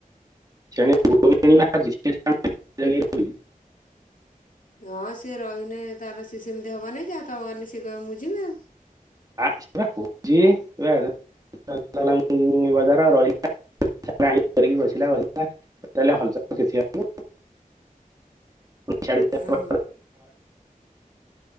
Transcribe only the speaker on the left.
ହଁ ସିଏ ରହିନେ ତାର ସିଏ ସେମିତି ହବ ନେହିଁକି ଆ ତମ ଗନେ ସେ କହ ମୁଁ ଯିବି ଆଉ।
ହଁ